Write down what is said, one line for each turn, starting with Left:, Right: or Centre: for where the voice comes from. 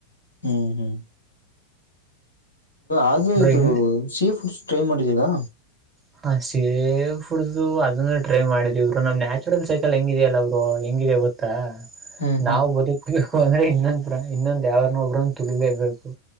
Left: ಹ್ಮ್ ಹ್ಮ್ ಆದ್ರೆ
Right: ಬ್ರೋ
Left: ಇದು
Right: ಇನ್
Left: ಸೀಫುಡ್ ಟ್ರೈ ಮಾಡಿದ್ದೀರಾ
Right: ಹ ಸೇಫುಡ್್ದು ಅದನ್ನು ಟ್ರೈ ಮಾಡಿದ್ ಇವರು ನಮ್ ನ್ಯಾಚುರಲ್ ಸೈಕಲ್ ಹೆಂಗಿದ್ಯಲ್ಲ ಅವರು ಹಂಗಿದೆ ಗೊತ್ತಾ
Left: ಹ್ಮ್ ಹ್ಮ್
Right: ನಾವವು ಬದುಕ್ಬೇಕು ಅಂದ್ರೆ ಇನ್ನೊಂದ ಇನ್ನೊಂದ ಯಾವಾರನ್ನೊಬ್ರ ತುಗಲೇಬೇಕು